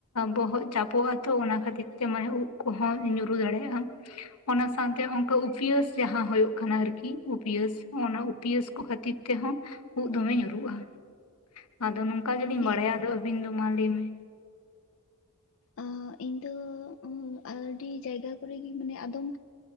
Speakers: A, on the left (about 85°); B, on the left (about 60°).
A: ᱵᱚᱦᱚᱜ ᱪᱟᱯᱚᱜ-ᱟ ᱛᱚ ᱚᱱᱟ ᱠᱷᱟᱹᱛᱤᱨ ᱛᱮ ᱢᱟᱱᱮ ᱩᱵ ᱠᱚᱸᱦᱚᱸ ᱧᱩᱨᱩ ᱫᱟᱲᱮᱭᱟᱜ-ᱟ᱾ ᱚᱱᱟ ᱥᱟᱶᱛᱮ ᱚᱝᱠᱟ ᱩᱯᱤᱭᱟᱹᱥ ᱡᱟᱦᱟᱸ ᱦᱳᱭᱳᱜᱺ ᱠᱟᱱᱟ ᱟᱨᱠᱤ ᱩᱯᱟᱹᱥ ᱚᱱᱟ ᱩᱯᱟᱹᱥ ᱠᱚ ᱠᱷᱟᱹᱛᱤᱨ ᱛᱮᱦᱚᱸ ᱩᱵ ᱫᱚᱢᱮ ᱧᱩᱨᱩᱜ-ᱟ᱾ ᱟᱫᱚ ᱱᱚᱝᱠᱟ ᱜᱮᱞᱤᱧ
B: ᱦᱮᱸ
A: ᱵᱟᱲᱟᱭᱟ ᱟᱫᱚ ᱟᱹᱵᱤᱱ ᱫᱚ ᱢᱟ ᱞᱟᱹᱭ ᱢᱮ᱾
B: ᱟᱹ ᱤᱧᱫᱚ ᱟᱹᱰᱤ ᱡᱟᱭᱜᱟ ᱠᱚᱨᱮᱜᱤ ᱢᱟᱱᱮ ᱟᱫᱚᱢ